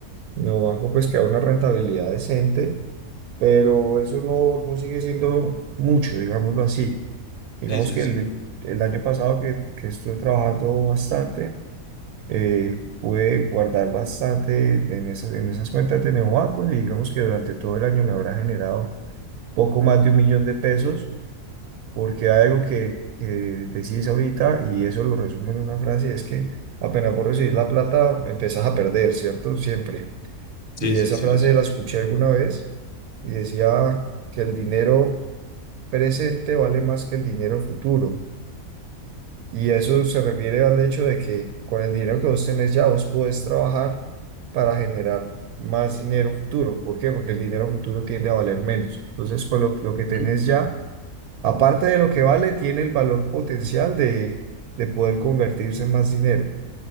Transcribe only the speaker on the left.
Sí, sí,
sí.
Sí, sí,
sí,
sí, es cierto.
Ok.
Ujú,